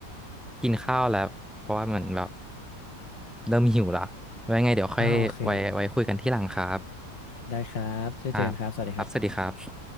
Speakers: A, in the centre; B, on the left.
A: กินข้าวแล้วเพราะว่ามันแบบเริ่มหิวละไว้ยังไงเดี๋ยวค่อยไว้ไว้คุยกันที่หลังครับ
B: อ้าวโอเคได้ครับเจอเจอกันครับสวัสดีครับ
A: ครับครับสวัสดีครับ